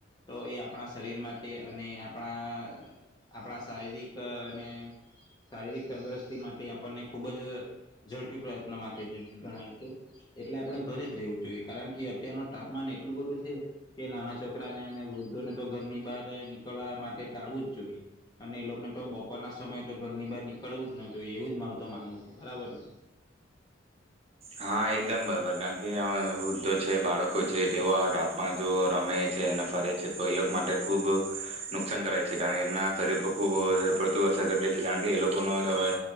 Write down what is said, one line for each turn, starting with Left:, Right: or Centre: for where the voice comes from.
Left: તો એ આપણા શરીર માટે અને આપણા આપણા શારીરિક અને શારીરિક તંદુરસ્તી માટે આપણને ખૂબ જ ઝડપી પ્રયત્નો માટે ગણાય છે. એટલે આપણે ઘરે જ રહેવું જોઈએ કારણ કે અત્યારનું તાપમાન એટલું બધું છે કે નાના છોકરાને અને વૃદ્ધોને તો ઘરની બહાર નીકળવા માટે ટાળવું જ જોઈએ. અને એ લોકોને તો બપોર ના સમયે તો ઘરની બહાર નીકળવું જ ના જોઈએ એવું જ મારું તો માનવું છે બરાબર ને?
Right: હા એકદમ બરોબર. કારણ કે આ વૃદ્ધો છે, બાળકો છે તેઓ આવા ટાપમાં જો રમે છે અને ફરે છે તો એ લોકો માટે ખુબ નુકસાન કરે છે કારણ કે એમના શરીર ખૂબ વધારે પડતું અસર કરી દે કારણ કે એ લોકો નવે